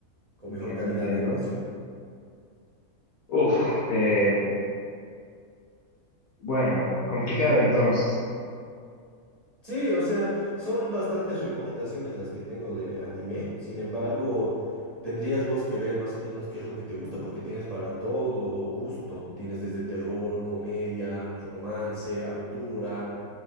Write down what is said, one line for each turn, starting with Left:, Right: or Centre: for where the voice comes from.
Right: con
Left: Entiendo,
Right: mejor calidad
Left: entiendo.
Right: de animación.
Left: Uf, eh, bueno, complicado entonces.
Right: Sí, o sea, son bastantes recomendaciones las que tengo de anime, sin embargo, tendrías vos que ver más o menos qué es lo que te gusta, porque tienes para todo gusto, tienes desde terror, comedia, romance, aventura.